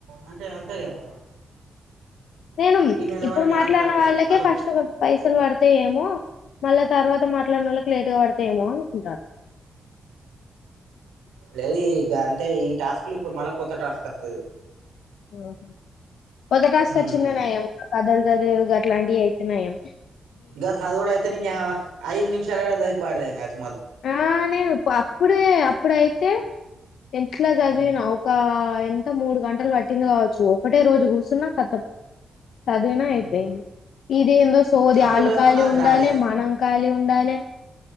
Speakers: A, on the right; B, on the left.
A: అంటే అంతే కదా
B: నేను
A: ఈ నెల
B: ఇప్పుడు
A: వరకు
B: మాట్లాడిన
A: లాస్ట్ అన్నట్టు
B: వాళ్ళకే
A: మళ్ళీ
B: ఫస్ట్ పైసలు పడతాయెమో మళ్ళా తర్వాత మాట్లాడినోళ్ళకి లేట్గా పడతది తేమో అనుకుంటాన్నా
A: లేదు ఇగంతే ఈ టాస్క్ లో ఇప్పుడు మళ్ళ కొత్త టాస్క్ వత్తది
B: ఆహా కొత్త టాస్క్
A: హ్మ్.
B: వచ్చిందేన్నయం కదలు గాదెవిగి అలాంటియయితెన్నయం
A: గా సధువుడైతే నీయవ ఐదు నిమిషాలలో చదివీ పారదేంగొచ్చు
B: ఆ నేను అప్పుడే ఇప్పుడైతే ఎట్లా చదివినా
A: హ్మ్.
B: ఒకా ఎంత మూడు గంటలు పట్టింది కావచ్చు ఒకటే రోజు కూర్చున్నా కథం చదివినా
A: హ్మ్.
B: అయిపోయింది ఇదెందో సోది
A: అప్పుడేమో
B: ఆళ్లు ఖాళీ
A: నాకు
B: ఉండాలె
A: రాలే.
B: మనం ఖాళీ ఉండాలే ఉండాలే